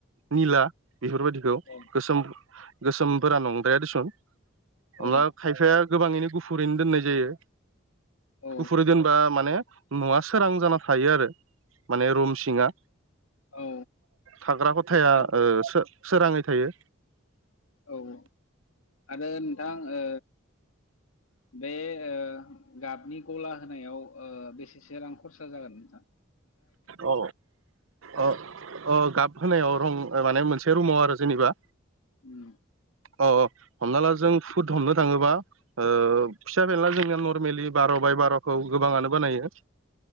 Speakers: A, on the right; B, on the left.
A: निला बेफोर बायदिखौ
B: औ
A: गोसोम गोसोमफोरा नंद्राया दिसन हमना
B: औ
A: ला खायफाया गोबाङैनो गुफुरैनो दोननाय जायो
B: औ
A: गुफुरै दोनबा माने न'आ सोरां जाना थायो आरो माने रुम सिङा
B: औ
A: थाग्रा खथाया
B: आरो
A: ओ सो-सोराङै थायो।
B: औ औ आरो नोंथां ओ बे ओ गाबनि गला होनायाव ओ बेसेसो रां खरसा जागोन नोंथा?
A: अ अ अ गाब होनायाव रं माने मोनसे रुमाव आरो जेनेबा?
B: उम
A: अ हमना ला जों फुद हमनो थाङोबा ओ फिसा फेनला जोंनिया नरमेलि बार' <unintelligible> बार'खौ गोबाङानो बानायो।